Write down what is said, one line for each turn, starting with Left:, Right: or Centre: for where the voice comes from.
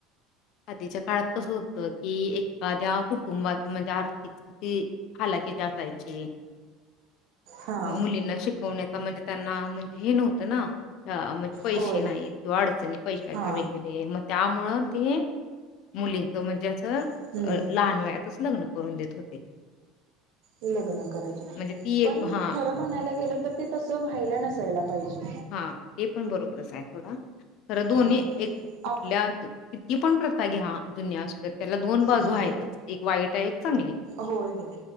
Left: अध च काळात कसं होतं की एखाद्या कुटुंबात म्हणजे आर्थिक स्ि हालाक्याची असायची
Right: हा
Left: मुलींना शिकवण्याचा म्हणजे त्यांना म्हणजे हे नव्हतं ना म्हणजे पैसे
Right: होय
Left: नाही किंवा अडचणी पैशाच्या
Right: हा
Left: वगैरे मग त्यामुळं ते मुलींचं म्हणजे असं
Right: हम्म
Left: लहान वयातच लग्न करून देत होते.
Right: लग्न कराय
Left: म्हणजे ती
Right: पण
Left: एक हां.
Right: खर म्हणायला गेलं तर ते तस व्हायलं नायला पाहिजे.
Left: हा ते पण बरोबरच आहे थोडा ख दोन्ही
Right: हा
Left: एक कुठल्या
Right: आप
Left: किती पण प्रथा घ्या जुनिया त्याला दोन बाजू
Right: हा
Left: आहेतच एक वाईट आहे, एक चांगली.
Right: होय होय